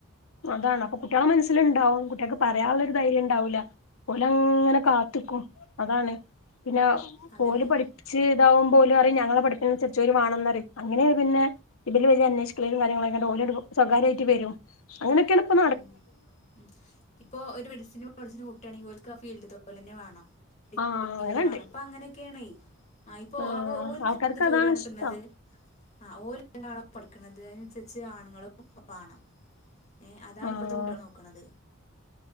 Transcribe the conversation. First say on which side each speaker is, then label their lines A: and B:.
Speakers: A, on the left; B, on the left.
A: അതാണ് അപ്പ കുട്ടൃളെ മൻസ്സിലുണ്ടാവും കുട്ടൃക്ക് പറയാൻള്ളൊരു ധൈര്യണ്ടാവുല്ല ഓലങ്ങനെ കാത്ത്ക്കും അതാണ് പിന്നെ
B: അതന്നെ
A: ഓല് പഠിപ്പിച്ച് ഇതാവും പോലുപറിം ഞങ്ങള പഠിപ്പിനനുസരിച്ചോര് വാണെന്നറിം അങ്ങനെ പിന്നെ ഇബല് വരാ അന്വേഷിക്കലും കാര്യങ്ങളെകണ്ട് ഓല്ണ്ട് സ്വകാര്യായിട്ട് വരും അങ്ങനൊക്കെണ്പൊ
B: ഉം ഉം ഇപ്പൊ ഒരു മെഡിസിന് പഠിച്ച്ണെ കുട്ടിയാണെങ്കി ഓൽക്കാ ഫീൽഡ്തോലെന്നെ വാണം <unintelligible>
A: ആഹ്
B: ഫീൽഡ്
A: അങ്ങനെണ്ട്
B: വാണം പ്പൊങ്ങനെയൊക്കേണൈ ആ ഇപ്പൊ
A: ആഹ്
B: ആവൊഓൽക്കെന്ത്
A: ആൾക്കാർക്ക്
B: ജോലിയാണ്കിട്ട്ണത്
A: അതാണ് ഇഷ്ടം
B: ആഓലെ <unintelligible> പഠിക്ക്ണത് അതിനൻസരിച്ച് ആണുങ്ങളുംവാണം ഏ അതാണ്
A: ആഹ്
B: ഇപ്പത്തെ കുട്ടൃള് നോക്ക്ണത്